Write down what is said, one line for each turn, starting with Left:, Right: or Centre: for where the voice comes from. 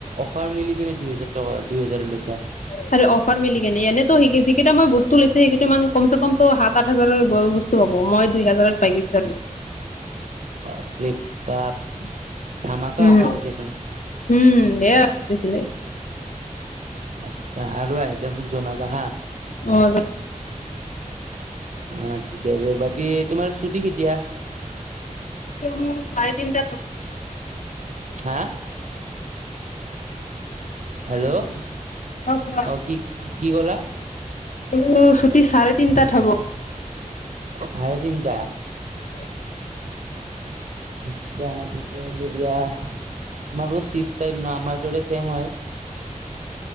Right: অফাৰ মিলি কিনে দুই হেজাৰ টকা দুই হেজাৰ লৈছা
Left: সেৰি অফাৰ মিলি কেনে এনে ত সি যিকেইটা মই বস্তু লৈছো মানে কমচেকমত সাত সাত হাজাৰৰ বয়বস্তু হ'ব মই দুই হাজাৰত পাই গৈছো আৰু
Right: বাপৰে বাপ ধামাকা
Left: উম
Right: অফাৰ দিছোচোন
Left: উম ধেই অফাৰ দিছিলে
Right: আচ্ছা আৰু আহিলে মোক জনাবা হা
Left: অ জ
Right: অ ঠিকে আছে বাকি তোমাৰ ছুটি কেতিয়া
Left: এতিয়া মোৰ চাৰে তিনিটা হব
Right: হা হেল্ল'
Left: অ কোৱা
Right: অঁ কি কি ক'লা
Left: মোৰ ছুটি চাৰে তিনটাত হ'ব।
Right: চাৰে তিনিটা
Left: কম
Right: অটচা ঠিকে আছে দিয়া। তোমালোকৰ চিফ টাইপ ন আমাৰ দৰে ছেম হয়